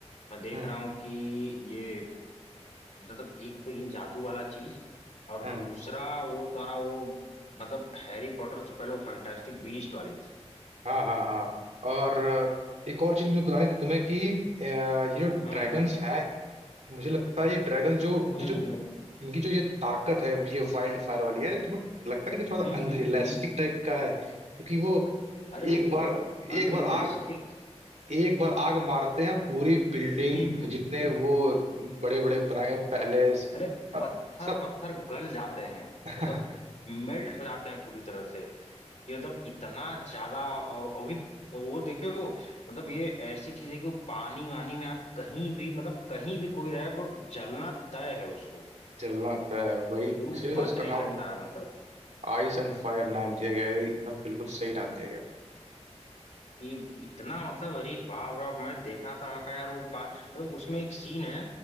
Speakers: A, on the left; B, on the right.
A: मैं देख
B: हम्म
A: रहा हूँ कि ये मतलब एक तो ये जादू वाला चीज और
B: हम्म
A: दूसरा वो तुम्हारा वो मतलब हैरी पॉटर से पहले वो फैंटास्टिक बीस्ट वाली चीज
B: हाँ हाँ हाँ और अ, एक और चीज मुझे बतानी थी तुम्हें कि अ, ये जो ड्रैगन्स
A: हाँ हाँ
B: हैं मुझे लगता है ये ड्रैगन जो इनकी
A: हाँ
B: जो
A: हाँ
B: इनकी जो ये ताकत है अब ये वाइल्ड फायर वाली यार तुम्हें लगता नहीं कि थोड़ा
A: हम्म
B: सा अनरियलिस्टिक
A: हम्म हम्म
B: टाइप का है क्योंकि वो
A: अरे
B: एक
A: वो
B: बार
A: अनरियलिस्टिक
B: एक बार आग एक बार आग मारते हैं पूरी बिल्डिंग
A: हम्म हम्म
B: जितने वो बड़े बड़े बनाए गए पैलेस
A: अरे पत्थर
B: सब
A: पत्थर गल जाते हैं
B: <laughs>
A: मतलब मेल्ट हो जाते हैं पूरी तरह से कि मतलब इतना ज्यादा और- और भी वो देखो वो मतलब ये ऐसी चीज है कि वो पानी वानी में आप कहीं भी मतलब कहीं भी कोई रहे पर जलना तय है उसको
B: जलना होता है वही
A: वो
B: इसीलिए तो
A: बच
B: उसका
A: नहीं
B: नाम
A: सकता है मतलब
B: आइस एंड फायर नाम दिया गया है एकदम बिल्कुल सही नाम दिया गया
A: कि इतना मतलब अरे बाप रे बाप, मैं देखा था वहां का यार वो पा मतलब उसमें एक सीन है